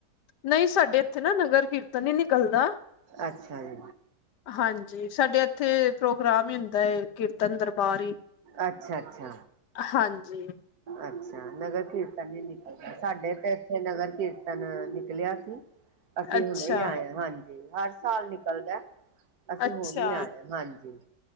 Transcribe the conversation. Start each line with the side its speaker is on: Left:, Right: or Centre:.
Left: ਨਹੀਂ ਸਾਡੇ ਇੱਥੇ ਨਾ ਨਗਰ ਕੀਰਤਨ ਨਹੀ ਨਿਕਲਦਾ।
Right: ਅੱਛਾ ਜੀ।
Left: ਹਾਂਜੀ ਸਾਡੇ ਇੱਥੇ ਪ੍ਰੋਗਰਾਮ ਹੀ ਹੁੰਦਾ ਹੈ। ਕੀਰਤਨ ਦਰਬਾਰ ਹੀ
Right: ਅੱਛਾ-ਅੱਛਾ
Left: ਹਾਂਜੀ
Right: ਅੱਛਾ, ਨਗਰ ਕੀਰਤਨ ਨੀ ਨਿਕਲਦਾ। ਸਾਡੇ ਤੇ ਇੱਥੇ ਨਗਰ ਕੀਰਤਨ ਨਿਕਲਿਆ ਸੀ। ਅਸੀਂ
Left: ਅੱਛਾ,
Right: ਹੁਣੇ ਈ ਆਏ ਆ, ਹਾਂਜੀ ਹਰ ਸਾਲ ਨਿਕਲਦਾ ਏ, ਅਸੀਂ
Left: ਅੱਛਾ
Right: ਹੁਣ ਹੀ ਆਏ ਹਾਂ। ਹਾਂਜੀ